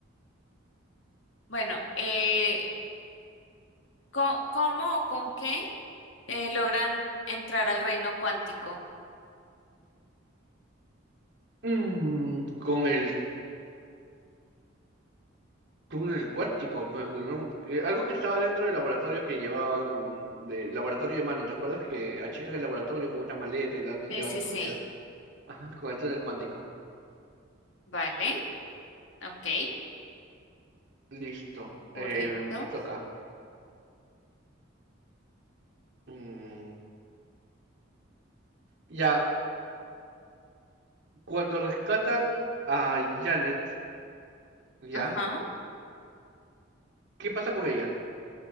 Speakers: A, on the left; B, on the right.
A: bueno, eh, ¿co- ¿cómo o con qué? Eh, logran entrar al reino cuántico.
B: Mm, con el túnel cuántico. me no me- eh, algo que estaba dentro del laboratorio que llevaban, de laboratorio de mano, ¿te acuerdas que achican el laboratorio con una maleta y la andan
A: Sí,
B: llevando
A: sí, sí.
B: por la ciudad? Ajá, con el túnel cuántico.
A: Vale, ok,
B: Listo,
A: correcto.
B: eh, me toca. Mm, ya, cuando rescatan a Janet, ¿ya?
A: Ajá.
B: ¿Qué pasa con ella?